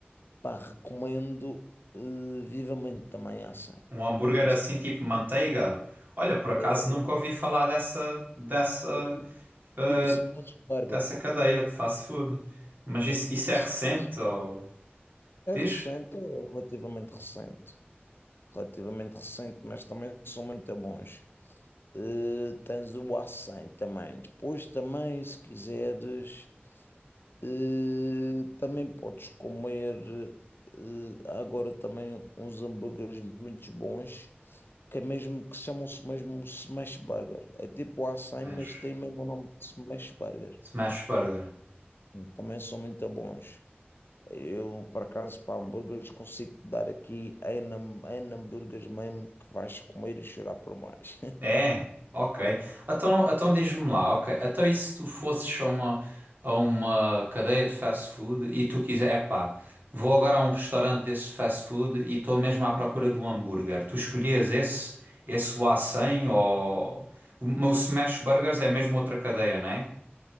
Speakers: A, on the left; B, on the right.
A: Pá, recomendo eh, vivamente também A100.
B: um hambúrguer
A: A100
B: assim tipo manteiga. Olha, por acaso
A: é,
B: nunca ouvi falar dessa dessa
A: é tipo,
B: eh,
A: tipo smash burger,
B: dessa cadeia
A: tipo-
B: de fast food. Mas isso,
A: é tipo
B: isso é
A: smash
B: recente
A: burger.
B: ou
A: É
B: diz?
A: recente, é relativamente recente. Relativamente recente, mas também são muito bons. Eh, tens o a também. Depois também, se quiseres, eh, também podes comer. eh, há agora também uns hambúrgueres muito bons, que é mesmo que chamam-se mesmo smash burger. É tipo o a
B: Smash.
A: mas tem mesmo o nome de smash burger.
B: Smash Burger.
A: Também são muito bons. Eu, por acaso, para hambúrgueres, consigo te dar aqui em, hambúrgueres mesmo que vais comer e chorar por mais. <laughs>
B: É, ok. Então, então diz-me lá, ok. Então e se tu fosses a uma, a uma cadeia de fast food e tu quiser, epá, vou agora a um restaurante desse fast food e estou mesmo à procura de um hambúrguer. Tu escolhias esse, esse o A100 ou... O o Smash Burgers é mesmo outra cadeia, não é?